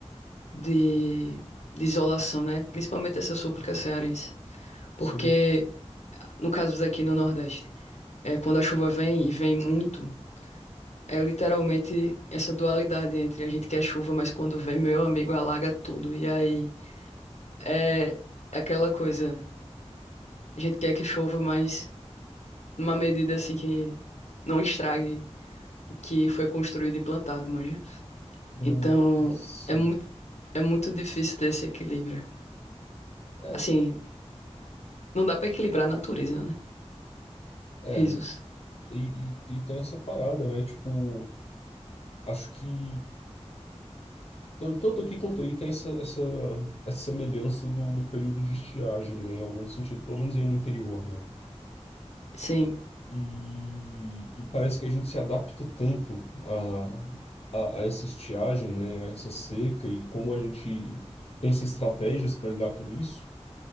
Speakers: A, on the left (about 80°); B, on the left (about 60°).
A: de, de isolação, né? Principalmente essa súplica cearense. Porque,
B: sim.
A: no caso daqui no Nordeste, é, quando a chuva vem, e vem muito, é literalmente essa dualidade entre a gente quer chuva, mas quando vem, meu amigo, alaga tudo. E aí, é é aquela coisa... A gente quer que chova, mas numa medida assim que não estrague o que foi construído e plantado, manja.
B: Hum,
A: Então,
B: Sim.
A: é muito, é muito difícil ter esse equilíbrio.
B: É,
A: Assim, não dá pra equilibrar a natureza, né?
B: é.
A: Risos.
B: E, e, e tem essa parada, né? Tipo, acho que Tan- Tanto aqui quanto aí tem essa, essa, essa semelhança do, do período de estiagem, né, em algum sentido, pelo menos aí no interior, né?
A: Sim,
B: E, e parece que a gente se adapta tanto a, a, a essa estiagem, né, a essa seca e como a gente pensa em estratégias para lidar com isso,